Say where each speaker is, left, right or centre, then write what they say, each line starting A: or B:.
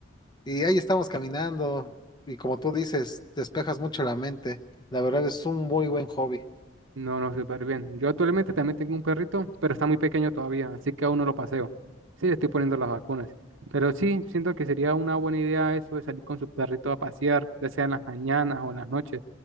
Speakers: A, on the left (about 20°); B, on the right (about 70°).
A: y ahí estamos caminando y como tú dices, despejas mucho la mente. La verdad es un muy buen hobby.
B: No, no, súper bien. Yo actualmente también tengo un perrito, pero está muy pequeño todavía, así que aún no lo paseo. Sí, le estoy poniendo las vacunas. Pero sí, siento que sería una buena idea eso de salir con su perrito a pasear, ya sea en las mañanas o en las noches.